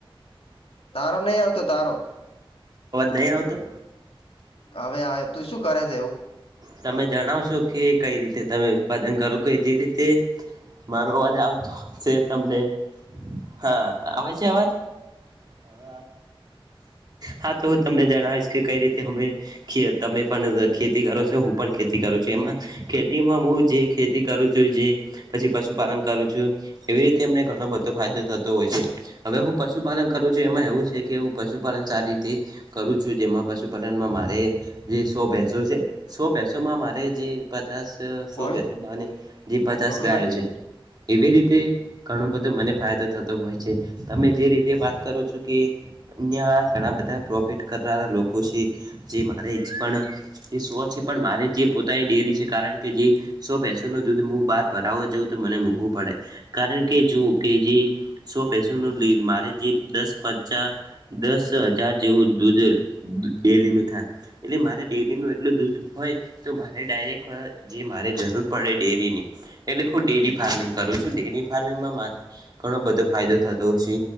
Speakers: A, on the left; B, on the right.
A: તારો નહી આવતો તારો
B: અવાજ નહીં આવતો.
A: હવે આવે તું શું કરે છે એવું
B: તમે જણાવશો કે કંઈ રીતે તમે ઉત્પાદન કરો કે જે રીતે મારો અવાજ આવતો છે તમને હા આવે છે અવાજ હવે હા તો હું તમને જણાવીશ કે કઈ રીતે અમે ખે તમે પણ ખેતી કરો છો હું પણ ખેતી કરું છું એમાં ખેતીમાં હું જે ખેતી કરું છું જે પછી પશુપાલન કરું છું એવી રીતે અમને ઘણો બધો ફાયદો થતો હોય છે. હવે હું પશુપાલન કરું છું એમાં એવું છે કે હું પશુપાલન સારી રીતે કરું છું જેમાં પશુપાલનમાં મારે જે સો ભેસો છે સો ભેસોમાં મારે જે પચાસ સો
A: કોણ
B: ભેંસો નાની જે પચાસ
A: લોટો
B: ગાયો
A: નથી
B: છે. એવી રીતે ઘણો બધો મને ફાયદો થતો હોય છે તમે જે રીતે વાત કરૂં છું કે નેયા ઘણા બધા પ્રોફિટ કરનારા લોકો શી જે મારે પણ તે સો છે પણ મારે જે પોતાની ડેરી છે કારણ કે જે સો ભેંસો નું દૂધ મુ બહાર ભરાવવા જઉં તો મને મૂઘુ પડે. કારણ કે જો કે જે સો ભેંસો નીલ મારે જે દસ પચા દસ હજાર જેવું દૂધ ડેલી નું થાય. એટલે મારે ડેલી નું એટલું દૂધ હોય તો મારે ડાયરેક્ટ જે મારે જરૂર પડે ડેરી ની એટલે હું ડેરી ફાર્મિંગ કરું છું ડેરી ફાર્મિંગમાં મારે ઘણો બધો ફાયદો થતો હશે.